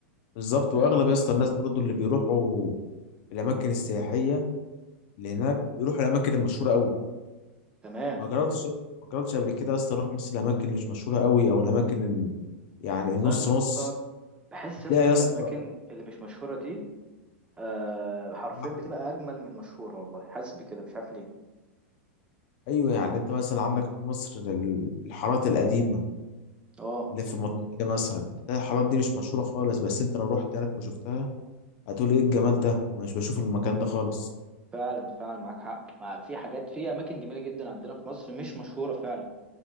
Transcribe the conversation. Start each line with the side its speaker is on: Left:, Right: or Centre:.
Left: بالظبط
Right: أنت فاهم
Left: واغلب يا اسطى الناس برضو اللي بيروحوا الاماكن السياحيه اللي هناك بيروحوا الاماكن المشهوره قوي
Right: تمام
Left: ما جربتش ما جربتش قبل كده يا اسطى اروح مثلا الاماكن اللي مش مشهوره قوي او الاماكن ال- يعني
Right: والله
Left: النص
Right: يا اسطى
Left: نص
Right: بحس
Left: هتلاقي
Right: يا اسطى
Left: يا
Right: إن
Left: اسطى
Right: الأماكن اللي مش مشهورة دي آه حرفيا
Left: <laughs>
Right: بتبقى أجمل من المشهورة والله حاسس بكده مش عارف ليه
Left: ايوه يعني انت مثلا عندك في مصر ال- الحارات القديمه
Right: اه
Left: اللي في المنطقه دي، مثلا تلاقي الحارات دي مش مشهوره خالص بس انت لو رحت هناك وشفتها هتقول ايه الجمال ده انا مش بشوف المكان ده خالص
Right: فعلا فعلا معاك حق مع في حاجات في أماكن جميلة جدا عندنا في مصر مش مشهورة فعلا